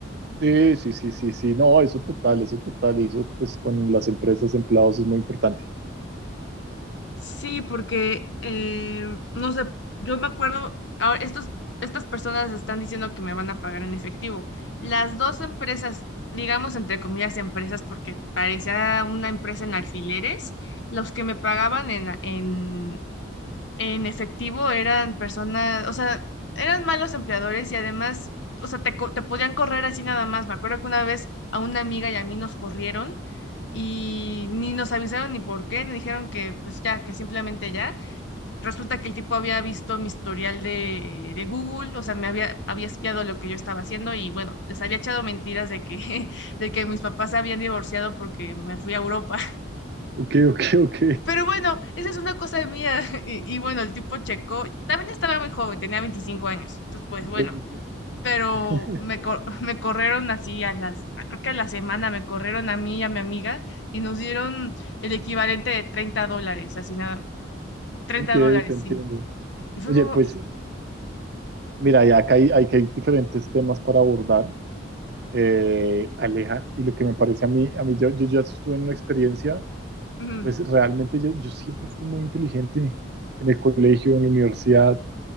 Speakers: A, on the right (about 55°); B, on the left (about 65°).
A: Sí, sí, sí, sí, sí, no, eso total, eso total, y eso pues con las empresas, empleados es muy importante.
B: Sí, porque, eh, no sé, yo me acuerdo, ahora estos, estas personas están diciendo que me van a pagar en efectivo. Las dos empresas, digamos entre comillas empresas, porque parecía una empresa en alfileres, los que me pagaban en, en, en efectivo eran personas, o sea, eran malos empleadores y además, o sea, te, co- te podían correr así nada más. Me acuerdo que una vez a una amiga y a mí nos corrieron y ni nos avisaron ni por qué, nos dijeron que pues ya, que simplemente ya. Resulta que el tipo había visto mi historial de, de Google, o sea, me había, había espiado lo que yo estaba haciendo y bueno, les había echado mentiras de que, <laughs> de que mis papás se habían divorciado porque me fui a Europa.
A: Ok, ok, ok.
B: Pero bueno, esa es una cosa mía. <laughs> Y, y bueno, el tipo checó. También estaba muy joven, tenía 25 años. Entonces, pues
A: <laughs>
B: bueno,
A: Ok, ok,
B: pero
A: <laughs>
B: me, cor- <laughs> me corrieron así a las, a- creo que a la semana me corrieron a mí y a mi amiga y nos dieron el equivalente de treinta dólares, así nada, treinta
A: ok,
B: dólares,
A: te entiendo.
B: sí. Y fue
A: Oye,
B: como,
A: pues Mira, ya acá hay, hay, que hay diferentes temas para abordar, eh, Aleja, y lo que me parece a mí, a mí yo, yo ya estuve en una experiencia,
B: ujú,
A: pues realmente yo, yo siempre fui muy inteligente en el colegio, en la universidad,